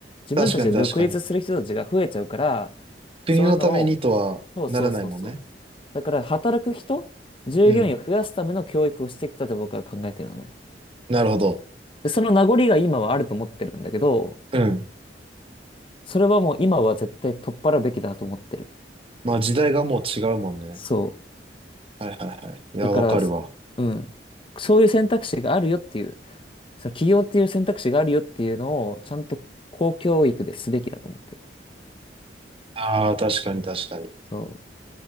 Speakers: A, on the left (about 30°); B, on the right (about 30°).
A: 自分たちで独立する人たちが増えちゃうから、
B: 確かに確かに。国のためにとはならないもんね。
A: そういうのを、そうそうそうそう。だから、働く人、従業員を増やすための教育をしてきたと僕は考えてるのね。
B: うん。なるほど。
A: で、その名残が今はあると思ってるんだけど、
B: うん。
A: それはもう今は絶対取っ払うべきだと思ってる。
B: まあ時代がもう違うもんね。
A: そう。
B: はいはいはい。いや、
A: だから、
B: わかるわ。
A: うん。そういう選択肢があるよっていう、その起業っていう選択肢があるよっていうのを、ちゃんと公教育ですべきだと思ってる。
B: ああ、確かに確かに。
A: そ